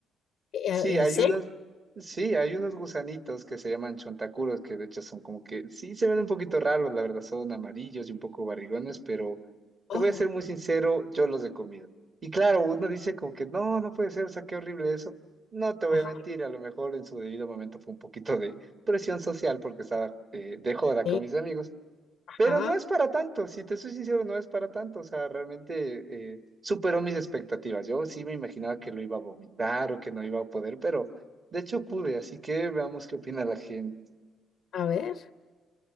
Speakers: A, on the left; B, on the right.
A: Eh,
B: Sí,
A: eh, ¿En
B: hay
A: serio?
B: unos, sí, hay unos gusanitos que se llaman chontacuros, que de hecho son como que, sí, se ven un poquito raros, la verdad, son amarillos y un poco barrigones, pero te
A: Oh,
B: voy a ser muy sincero, yo los he comido. Y claro, uno dice como que, no, no puede ser, o sea, qué horrible eso. No te voy
A: ajá.
B: a mentir, a lo mejor en su debido momento fue un poquito de presión social porque estaba eh, de joda
A: sí,
B: con mis amigos, pero
A: Ajá.
B: no es para tanto, si te soy sincero, no es para tanto. O sea, realmente eh, superó mis expectativas. Yo sí me imaginaba que lo iba a vomitar o que no iba a poder, pero de hecho pude, así que veamos qué opina la gente.
A: A ver.